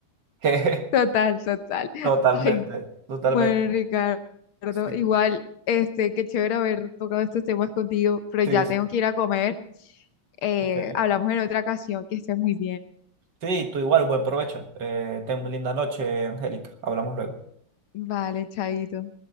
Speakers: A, on the right; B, on the left.
A: <laughs>
B: Total, total.
A: Totalmente,
B: Ay,
A: totalmente.
B: bueno, Ricardo,
A: Sí,
B: igual, este, qué chévere haber tocado estos temas contigo, pero ya
A: sí, sí.
B: tengo que ir a comer. Eh,
A: Ok.
B: hablamos en otra ocasión, que estés muy bien.
A: Sí, tú igual, buen provecho. Eh, ten una linda noche, Angélica. Hablamos luego.
B: Vale, chaito.